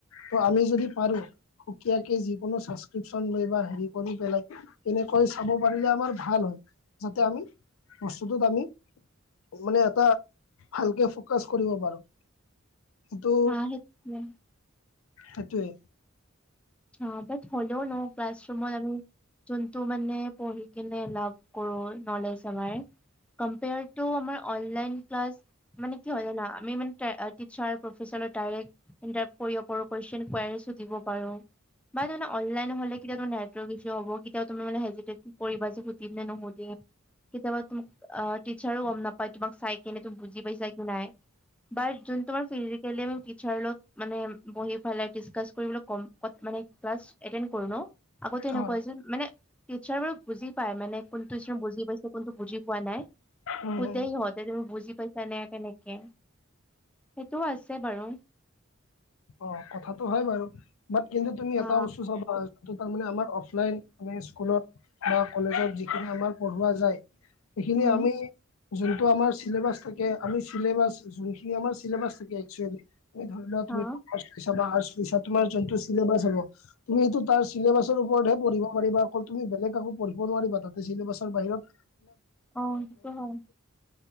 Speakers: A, on the left (about 80°); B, in the centre.
A: ত' আমি যদি পাৰো, সুকীয়াকে যি কোনো চাচক্ৰিপচন লৈ বা, হেৰি কৰি পেলাই তেনেকৈ চাব পাৰিলে আমাৰ ভাল হয়, যাতে আমি বস্তুটোত আমি মানে এটা ভালকে ফ'কাচ কৰিব পাৰোঁ। এইটো,
B: হা সেইটোৱে
A: সেইটোৱেই।
B: অ', বাট হ'লেও ন ক্লাছৰুমত আৰু যোন টো মানে পঢ়ি কিনে লাভ কৰো নলেজ আমাৰ, কমপেয়াৰটো আমাৰ অনলাইন ক্লাছ মানে কি হয় জানা, আমি মান টে আহ্ টিচাৰ, প্ৰফেচাৰৰ, ডাইৰেক্ট ইনটাপ পৰিব পাৰো, কুৱেচন কুৱেৰাছো দিব পাৰো। বা তাৰমানে অনলাইন হ'লে কেতিয়াবা নেটৱৰ্ক ইছু হ'ব, কে তিয়াবা তুমি মানে হেজিটেট পৰিবা যে, সুধিম নে নুসুধিম। কেতিয়াবা তোমা অ', টিচাৰো গম নাপায় তোমাক চাই কিনে, তুমি বুজি পাইছা কি নাই। বাট জোনটো আমি ফ্ৰিৰিকেলি টিচাৰ লগত মানে, বহি পেলাই ডিচকাচ কৰিবলে কম ত মানে ক্লাছ এটেণ্ড কৰো ন, আগতে এনেকুৱা
A: হয়
B: হৈছিল মানে টিচাৰবোৰক বুজি পায়, মানে কোনটো ষ্টুডেণ্ট বুজি পাইছে, কোনটো বুজি পোৱা নাই।
A: উম
B: সুধেই
A: উম,
B: হত সেইটো তুমি বুজি পাইছা নে, কেনেকে। সেইটোও আছে বাৰু।
A: অ', কথাাতটো হয় বাৰু। বাট কিন্তু তুমি
B: হা
A: এটা বস্তু চাবা ত' তাৰমানে আমাৰ অফলাইন মানে স্কুলত বা কলেজত যিখিনি আমাৰ পঢ়োৱা যায়। সেইখিনি
B: উম
A: আমি যোনটো আমাৰ চিলেবাছ থাকে, আমি চিলেবাছ যোনখিনি আমাৰ চিলেবাছ থাকে, এক্কচুৱেলী তুমি ধৰি লোৱা
B: হা
A: তুমি, কমাৰ্চ লৈছা বা আটৰ্ছ লৈছা, তোমাৰ যোনটো চিলেবাছ হ'ব তুমি সেইটো তাৰ চিলেবাছৰ ওপৰতহে পঢ়িব পাৰিবা, অকল তুমি বেলেগ একো পঢ়িব নোৱাৰিবা তাতে চিলোছৰ বাহিৰত <inaudible>
B: অ সেইটো হয়।